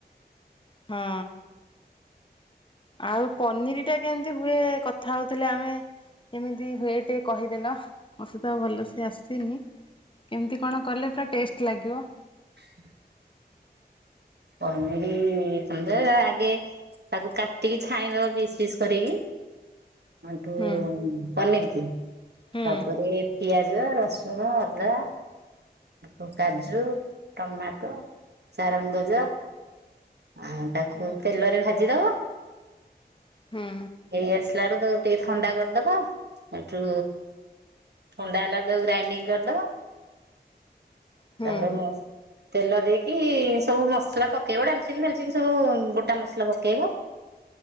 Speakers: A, on the left (about 30°); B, on the right (about 75°).
A: ହଁ। ଆଉ ପନିର ଟା କେମତି ହୁଏ କଥା ହଉଥିଲେ ଆମେ? କେମିତି ହୁଏ ଟିକେ କହିଦେଲ ମୋତେ ତ ଭଲସେ ଆସିନି। କେମିତି ତି କଣ କଲେ ପୁରା ଟେଷ୍ଟ୍ ଲାଗିବ।
B: ହୁଁ। <unintelligible> ଆଗେ ତାକୁ କାଟିକି ଛାଣିଇଦବ ପିସ୍ ପିସ୍ କରିକି। ହେଟୁ
A: ହୁଁ।
B: ପନରିକି
A: ହୁଁ
B: ତାପରେ ପିଆଜ ଏ ରସନ, ଅଦା ତା କାଜୁ, ଟମାଟୋ, ଚାରଙ୍ଗଗଜ ଆଉ, ତାକୁ
A: ହୁଁ
B: ତେଲରେ ଭାଜିଦବ
A: ହୁଁ
B: ଏଇ ଆସିଲା ବେଳୁ, ତ ଟିକେ ଥଣ୍ଡା କରିଦବା, ଏଇଠୁ ହଣ୍ଡାଲା ଦ ଗ୍ରାାଇଡିଙ୍ଗ କରିଦବ ।
A: ହୁଁ
B: ତାପରେ, ତେଲ ଦେଇକି ସବୁ ମସ ମସଲା ପକେଇବ, ଡାଲଚିନି ସବୁ ଗୋଟା ମସଲା ପକେଇବ ।